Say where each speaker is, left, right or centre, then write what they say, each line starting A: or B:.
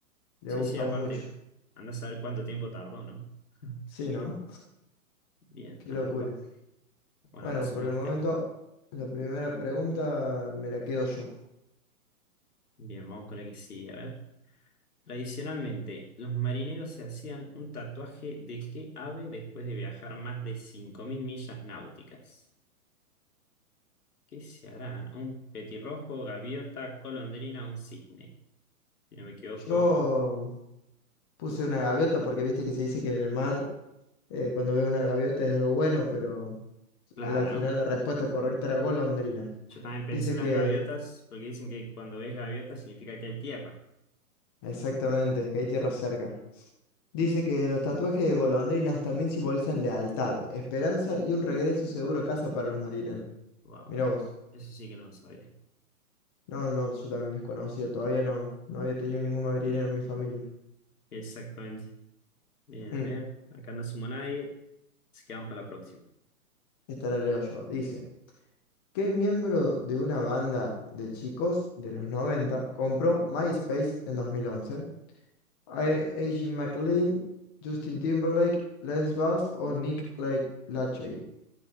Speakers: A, on the left (about 15°); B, on the left (about 80°).
A: Le
B: Sí,
A: ha gustado
B: sí, aparte,
A: mucho.
B: andás a ver cuánto tiempo tardó, ¿no? <laughs>
A: Sí, ¿no?
B: Bien,
A: Qué
B: a
A: locura.
B: verla. Bueno,
A: Bueno,
B: acá sumaste.
A: por el momento, la primera pregunta me la quedo yo.
B: Bien, vamos con la que sigue. A ver. Tradicionalmente, los marineros se hacían un tatuaje de qué ave después de viajar más de 5.000 millas náuticas. ¿Qué se harán? ¿Un petirrojo, gaviota, golondrina, un cisne? si no me equivoco.
A: Yo puse una gaviota porque viste que se dice que en el mar, eh, cuando ves una gaviota es algo bueno, pero
B: Claro.
A: al final la respuesta correcta era golondrina.
B: Yo también pensé
A: Dice
B: en las
A: que
B: gaviotas, porque dicen que cuando ves gaviotas significa que hay tierra.
A: Exactamente, que hay tierra cerca. Dice que los tatuajes de golondrinas también simbolizan lealtad, esperanza y un regreso seguro a casa para los marineros.
B: Wow.
A: Mira vos.
B: Eso sí que no lo sabía.
A: No, no, yo también desconocía, todavía no, no había tenido ningún marinero en mi familia.
B: Exactamente. Bien,
A: Mm,
B: a ver, acá no sumo a nadie, así que vamos con la próxima.
A: Esta la leo yo. Dice, ¿qué miembro de una banda de chicos de los 90 compró MySpace en 2011? A- AJ McLean, Justin Timberlake, Lance Bass o Nick La- Lachey.